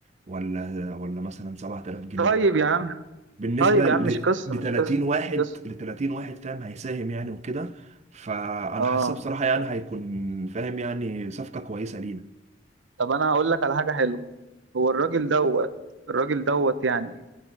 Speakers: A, on the right (about 40°); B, on the right (about 85°).
A: ولا ولا مثلا 7000 جنيه
B: طيب يا عم
A: بالنسبه
B: طيب يا
A: ل
B: عم مش قصة مش
A: 30
B: قصة
A: واحد
B: مش قصة
A: ل 30 واحد فاهم هيساهم يعني وكده فانا
B: اه
A: حاسسها بصراحه يعني هيكون فاهم يعني صفقه كويسه لينا
B: طب انا هقول لك على حاجه حلوه هو الراجل دوت الراجل دوت يعني